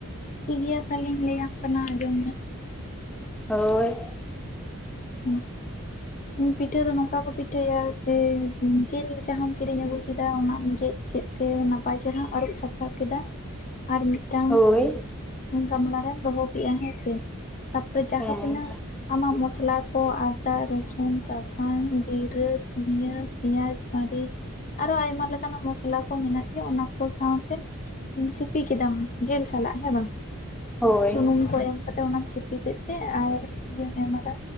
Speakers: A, on the left (about 35°); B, in the centre.
A: ᱴᱷᱤᱠ ᱜᱮᱭᱟ ᱛᱟᱦᱚᱞᱮᱧ ᱞᱟᱹᱭ ᱟᱢ ᱠᱟᱱᱟ ᱟᱸᱡᱚᱢ ᱢᱮ,
B: ᱦᱳᱭ
A: ᱦᱩᱸ ᱯᱤᱴᱷᱟᱹ ᱫᱚ ᱱᱚᱝᱠᱟ ᱠᱚ ᱯᱤᱴᱷᱟᱹᱭᱟ ᱡᱮ ᱡᱤᱞ ᱡᱟᱦᱟᱸᱢ ᱠᱤᱨᱤᱧ ᱟᱹᱜᱩ ᱠᱮᱫᱟ ᱚᱱᱟᱢ ᱜᱮᱫ ᱠᱮᱫ ᱛᱮ ᱱᱟᱯᱟᱭ ᱪᱮᱦᱨᱟ ᱟᱹᱨᱩᱵ ᱥᱟᱯᱷᱟ ᱠᱮᱫᱟ ᱟᱨ ᱢᱤᱫᱴᱟᱝ
B: ᱦᱳᱭ
A: ᱜᱟᱢᱞᱟ ᱨᱮᱢ ᱫᱚᱦᱚ ᱠᱮᱜᱼᱟ ᱦᱮᱸ ᱥᱮ ᱛᱟ ᱯᱚᱨᱮ ᱡᱟᱦᱟ
B: ᱦᱮᱸ
A: ᱛᱤᱱᱟᱹᱜ ᱟᱢᱟᱜ ᱢᱚᱥᱞᱟ ᱠᱚ ᱟᱫᱟ ᱨᱟᱹᱥᱩᱱ ᱥᱟᱥᱟᱝ ᱡᱤᱨᱟᱹ, ᱫᱷᱩᱱᱭᱟᱹ, ᱯᱮᱸᱭᱟᱡᱽ, ᱢᱟᱹᱨᱤᱪ, ᱟᱨᱚ ᱟᱭᱢᱟ ᱞᱮᱠᱟᱱᱟᱜ ᱢᱚᱥᱞᱟ ᱠᱚ ᱢᱮᱱᱟᱜ ᱜᱮᱭᱟ ᱚᱱᱟ ᱠᱚ ᱥᱟᱶᱛᱮ ᱥᱤᱯᱤ ᱠᱮᱫᱟᱢ ᱡᱤᱞ ᱥᱟᱞᱟᱜ ᱦᱮᱸ ᱵᱟᱝ
B: ᱦᱳᱭ
A: ᱥᱩᱱᱩᱢ ᱠᱚ ᱮᱢ ᱠᱟᱛᱮ ᱚᱱᱟᱢ ᱥᱤᱯᱤ ᱠᱮᱫ ᱛᱮ ᱟᱨ ᱤᱭᱟᱹᱢ ᱮᱢ ᱟᱫᱟ